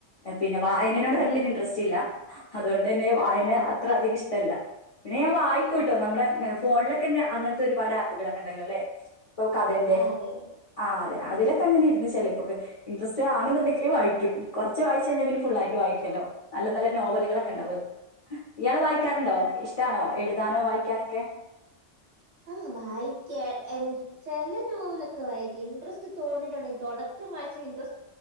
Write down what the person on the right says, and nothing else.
ആ
ആ
ആ
ആ, അതെ അതെ
ആ
ആ വായിക്ക എന്ന െചല നോവലൊക്കെ വായിക്കും ഇൻട്രസ്റ്റ് തോന്നി തൊടക്കം വായിച്ച് ഇൻ